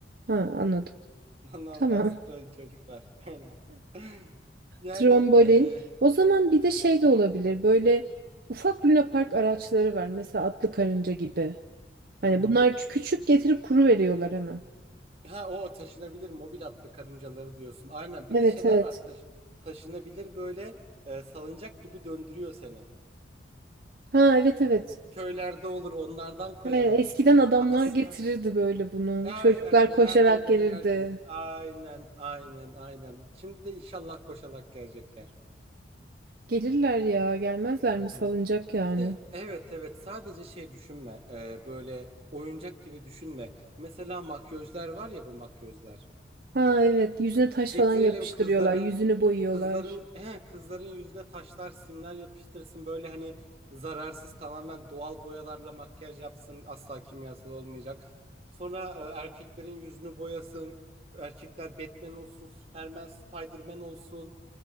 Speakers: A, on the right; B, on the right.
A: Ha anladım.
B: <laughs> Normal
A: Tamam.
B: zıplayın çocuklar. Aynen. <laughs> Yani
A: Trombolin.
B: eee,
A: O zaman bir de şey de olabilir. Böyle ufak lunapark araçları var. Mesela atlı karınca gibi. Hani
B: hı hı.
A: bunlar ç- küçük getirip kuru veriyorlar hemen.
B: Ha o taşınabilir mobil atlı karıncaları diyorsun. Aynen.
A: Evet
B: Bir de şeyler
A: evet.
B: var taş taşınabilir böyle e, salıncak gibi döndürüyor seni.
A: Ha evet evet.
B: Köylerde olur onlardan koyalım.
A: He, eskiden adamlar
B: Ama s-
A: getirirdi
B: ha,
A: böyle bunu.
B: aynen
A: Çocuklar
B: binerdin
A: koşarak
B: dönerdin.
A: gelirdi.
B: Aynen aynen aynen. Şimdi de inşallah koşarak gelecekler.
A: Gelirler ya, gelmezler
B: <laughs>
A: mi? Salınacak yani.
B: Bir de evet evet sadece şey düşünme Ee, böyle oyuncak gibi düşünme. Mesela makyözler var ya bu makyözler.
A: Ha evet, yüzüne taş
B: Getirelim
A: falan yapıştırıyorlar,
B: kızların
A: yüzünü boyuyorlar.
B: kızların he, kızların yüzüne taşlar simler yapıştırsın böyle hani zararsız tamamen doğal boyalarla makyaj yapsın asla kimyasal olmayacak. Sonra e, erkeklerin yüzünü boyasın. Erkekler Batman olsun, Superman, Spiderman olsun.